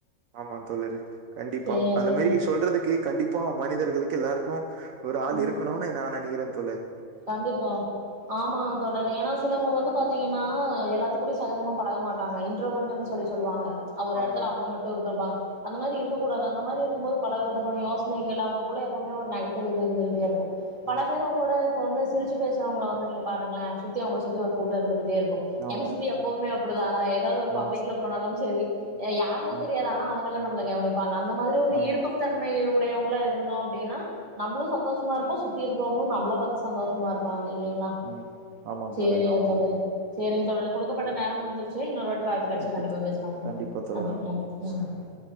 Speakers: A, on the right; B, on the right.
A: ஆமா தோழரே கண்டிப்பா
B: சரிங்க
A: அந்த
B: தோழரே
A: மாரி சொல்றதுக்கே கண்டிப்பா மனிதர்கள் கு எல்லாருக்கூ ஒரு ஆள்
B: ம்
A: இருக்கணூ நா நனைக்கிறே தோழே
B: கண்டிப்பா ஆமா தோழரே ஏனா சிலவங்க வந்து பாத் த்தீங்கன்னா எல்லாத்து கூடி சகஜமா பழக மாட்டாங்க இன்ட்ரோவெண்டுன்னு சொல்லி சொல்லுவாங்க அவரு
A: ஆமா
B: எடத்துல அவங்க மட்டூ இருத்துருப்பா அந்த மாரி இருக்கூடாது அந்த மாரிருக்கும் போது பல விதமான யோசனைகள் அவங்கக்குள்ள எப்பவ்மே ஒரு நெகட்டிவ் இது இருந்துட்டேருக்கூ பல
A: ம்
B: பேரூ கூட இப்போ வந்து சிரிச்சு பேசுறவங்ள வந்து நீங்க பாருங்ளே சுத்தி அவங்கள சுத்தி ஒரு கூட்டே இருந்துகிட்டேருக் கூ
A: ஆமா
B: என்ன சுத்தி எப்பவ்மே அப் அப்டிதானா எ ஏதாவது ஒரு பப்ளிக்ல
A: ஆ
B: போனாலும் சரி யாருனே
A: ஆ
B: தெரியாது ஆனா அவங்கள ந ம்ள கவனிப்பாங்க அந்த மாத்ரி ஒரு
A: ஆமா
B: ஈர்க்கும் தன்மை உ டையவங்ளா இருந்தோ அப்டின்னா நம்ளூ சந்தோஷமாருப்போ சுத்தி இருக்கவுங்ளூ நம்ள பாத் சந்தோஷமா இருப்பாங்க இல்லைங்ளா
A: ம் ஆமா
B: சேரிங்க
A: தோழர் ஆமா
B: தோழரே
A: தோழர்
B: செரிங்க தோழரே குடுக்கப்பட்ட
A: ஐயோ,
B: நேரோ முடிஞ்சிருச்சு இன்னொரு வாட்டி வாய்ப்பு கெடைச்சா
A: ஓகே
B: கண்டிப்பா
A: தோ
B: பேசலாங் தோழரே
A: கண்டிப்பா தோழர்
B: நன்றி
A: ஆ
B: நன்றி ம்